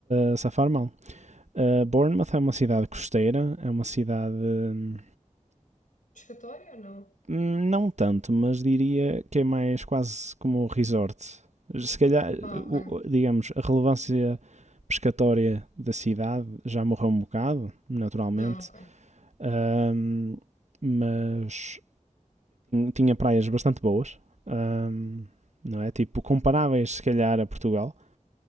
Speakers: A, on the right; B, on the left.
A: a, a safar mal. Uh, Bournemouth é uma cidade costeira, é uma cidade. hum,
B: Pescatória ou não?
A: Não tanto, mas diria que é mais quase como um resort. Se calhar,
B: Ah, ok.
A: digamos, a relevância pescatória da cidade já morreu um bocado, naturalmente,
B: Ah, ok.
A: Hum, mas tinha praias bastante boas, hum, não é? Tipo, comparáveis, se calhar, a Portugal.